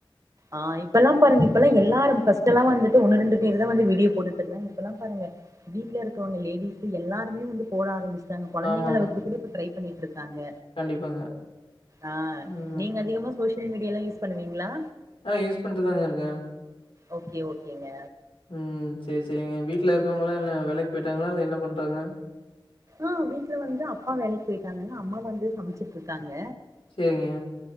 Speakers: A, on the right; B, on the left.
A: ஆஹ் இப்ப எல்லாம் பாருங்க இப்பெல்லாம் எல்லாரும் ஃபர்ஸ்ட் எல்லாம் வந்துட்டு ஒண்ணு ரெண்டு பேர் தான் வந்து வீடியோ போட்டுட்டு இருந்தங்க இப்பல்ல பாருங்க வீட்டுல இருக்கிறங்க லேடிஸ் எல்லாருமே வந்து போட ஆரம்பிச்சு ங்க குழந்தைளை
B: ஆமாமாங்க.
A: வச்சு கூட இப்ப ட்ரை பண்ணி இருக்காங்க
B: கண்டிப்பாங்க.
A: ஆஹ்
B: ம்.
A: நீங்க அதிகமா சோசியல் மீடியலாம் யூஸ் பண்ணுவீங்களா
B: ஆஹ் யூஸ் பண்ட்டுதாங்க இருக்கேன்
A: ஓக்கே ஓகேங்க
B: உம் சரி சரிங்க வீட்டுல இருக்கவங்களா இல்ல வேலைக்கு போயிட்டாங்களா இல்ல என்ன பண்றாங்க
A: ஆஹ் வீட்டுல வந்து அப்பா வேலைக்கு போயிட்டாங்கங்க அம்மா வந்து சமைச்சிட்டு இருக்காங்க
B: செரிங்க